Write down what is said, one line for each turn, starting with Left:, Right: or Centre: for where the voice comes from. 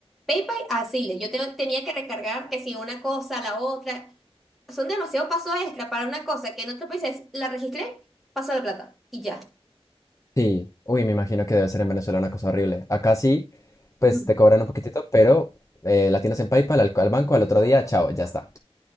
Centre: PayPal, así, le- yo te- tenía que recargar que si una cosa, la otra. Son demasiados pasos extra para una cosa que en otro país es, la registré, paso la plata y ya.
Left: Sí, uy, me imagino que debe ser en Venezuela una cosa horrible. Acá sí,
Centre: Ujú.
Left: pues te cobran un poquitito, pero eh, la tienes en PayPal al, al banco al otro día, chao, ya está.